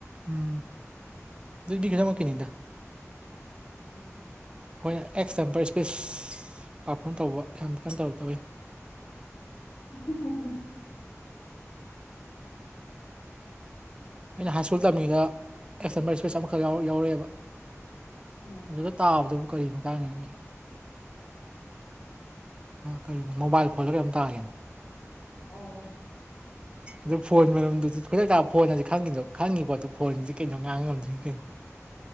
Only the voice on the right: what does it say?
ꯎꯝ ꯑꯗꯨ ꯃꯤꯒꯤ ꯊꯕꯛꯀꯤꯅꯦꯗ
ꯑꯩꯈꯣꯏꯅ ꯑꯦꯛꯁ ꯇꯦꯝꯄꯔ ꯏꯁꯄꯤꯁ ꯄꯥꯔꯐꯣꯝ ꯇꯧꯕ ꯌꯥꯝ ꯀꯟꯅ ꯇꯧꯔꯛꯇꯕꯩꯅꯤ
ꯑꯩꯅ ꯍꯥꯏ ꯁ꯭ꯀꯨꯜ ꯇꯝꯃꯤꯉꯩꯗ ꯑꯦꯛꯁꯇꯦꯝꯕꯔ ꯏꯁꯄꯤꯦꯁ ꯑꯃꯈꯛ ꯌꯥꯎꯔꯛꯑꯦꯕ
ꯑꯗꯨꯗ ꯇꯥꯕꯗꯕꯨ ꯀꯔꯤ ꯃꯇꯥꯡꯒꯤꯅꯣꯅꯦ ꯀꯔꯤꯅꯣ ꯃꯣꯕꯥꯏꯜ ꯐꯣꯜꯗ ꯀꯩꯅꯣꯝ ꯇꯈꯤꯕꯅꯦ
ꯑꯗꯣ ꯐꯣꯟ ꯃꯔꯝꯗꯨꯁꯨꯈꯣꯏꯗꯛꯇ ꯇꯥ ꯐꯣꯟ ꯍꯥꯏꯗꯤ ꯈꯪꯉꯤꯗꯣ ꯈꯪꯉꯤ ꯄꯣꯠꯇꯨ ꯐꯣꯟꯁꯤꯗꯤ ꯀꯩꯅꯣ ꯉꯥꯡ ꯉꯝꯗ꯭ꯔꯤ ꯀꯩꯅꯣ